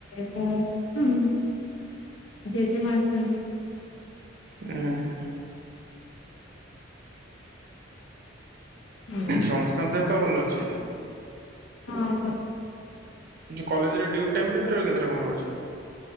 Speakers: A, on the left; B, on the right.
A: ମୁଁ ହୁଁ ଜେଜେମା ଅଛନ୍ତି।
B: ହୁଁ।
A: ହୁଁ
B: ସମସ୍ତଙ୍କ ଦେହ ପା ଭଲ ଅଛି?
A: ହଁ।
B: କଲେଜ୍‌ରେ ଡ୍ୟୁଇଟ୍ ଟାଇମ୍ କେତେଟାରୁ କେତେଟା କଣ ରହୁଛି?